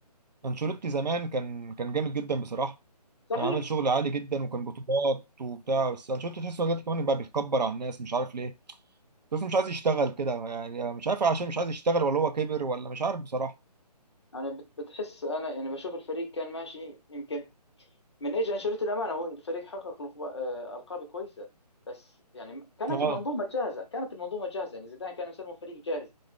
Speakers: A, on the right; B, on the left.
A: انشيلوتي زمان كان كان جامد جدا بصراحة
B: صحيح
A: كان عامل شغل عالي جدا وكان بطولات وبتاع بس انشيلوتي تحس ان هو دلوقتي كمان بقى بيتكبر على الناس مش عارف ليه بس مش عايز يشتغل كده يعني يعني مش عارف عشان مش عايز يشتغل ولا هو كبر ولا مش عارف بصراحة
B: يعني بت- بتحس انا يعني بشوف الفريق كان ماشي يمكن من ايجي انشيلوتي الامانه هو الفريق حقق لقب- آه، القاب كويسه بس يعني كانت
A: اه
B: المنظومه جاهزه كانت المنظومه جاهزه يعني زيدان كان يسموه فريق جاهز